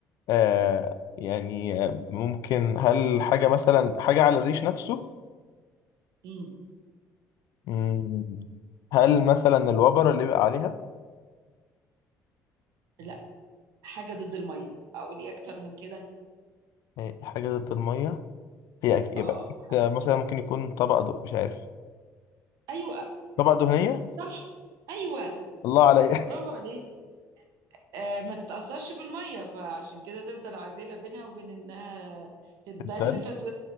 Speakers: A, on the left; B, on the right.
A: آه، يعني آه، ممكن هل حاجة مثلا حاجة على الريش نفسه
B: مم.
A: مم. هل مثلا الوبر اللي بيبقى عليها
B: لا حاجه ضد الميه اقول ايه اكتر من كده
A: هي حاجة ضد المية هي أك- يبقى
B: اه
A: أكيد
B: حاجه
A: مثلا ممكن يكون طبق دو... مش عارف
B: ايوه
A: طبق دهنية
B: صح ايوه
A: الله عليا
B: برافو عليك آه، ما تتأثرش بالمية فعشان كده تفضل عازلة بينها وبين إنها تتبل
A: <laughs> الفن
B: فت...